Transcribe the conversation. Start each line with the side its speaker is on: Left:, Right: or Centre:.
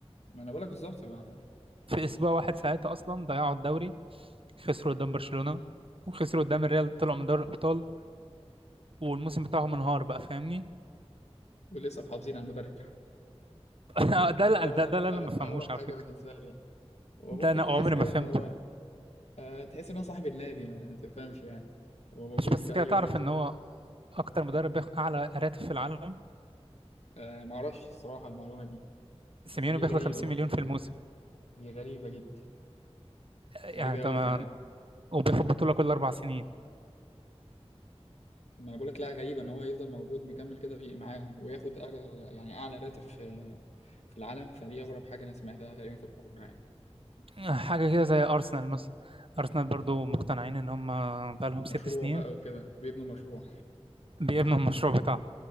Left: ما أنا بقولك بالظبط ما
Right: في اسبوع واحد ساعتها اصلا ضيعوا الدوري خسروا قدام برشلونة وخسروا قدام الريال طلعوا من دوري الابطال والموسم بتاعهم انهار بقى فاهمني
Left: ولسه محافظين على المدرب
Right: <laughs>
Left: <laughs>
Right: ده لا
Left: دي أغرب
Right: ده, ده اللي
Left: أغ-
Right: انا ما بفهموش
Left: أغرب حاجة
Right: على فكرة
Left: بالنسبة لي يعني هو
Right: ده
Left: ممكن
Right: انا
Left: تحس
Right: عمري
Left: كده
Right: ما فهمته
Left: إن هو آه تحس إن هو صاحب النادي ما تفهمش يعني هو موجود
Right: مش بس
Left: في
Right: كده
Left: أي
Right: تعرف
Left: وقت
Right: ان
Left: هو.
Right: هو اكتر مدرب بياخد اعلى راتب في العالم
Left: آه معرفش الصراحة المعلومة دي
Right: سيميوني
Left: بس دي
Right: بياخد
Left: غريبة
Right: 50
Left: برضه
Right: مليون في الموسم
Left: دي غريبة جدا
Right: يعني
Left: غريبة
Right: طبعا
Left: أوي كمان
Right: وبياخد بطولة كل اربع سنين
Left: ما انا بقولك لا غريبة ان هو يفضل موجود مكمل كده في معاهم وياخد أغ... يعني اعلى راتب في في العالم فدي اغرب حاجة انا سمعتها تقريبا في الكورة يعني
Right: حاجة كده زي ارسنال مثلا ارسنال برضو مقتنعين ان هم بقى لهم ست
Left: مشروع
Right: سنين
Left: بقى وكده بيبنوا مشروع
Right: بيبنوا المشروع بتاعهم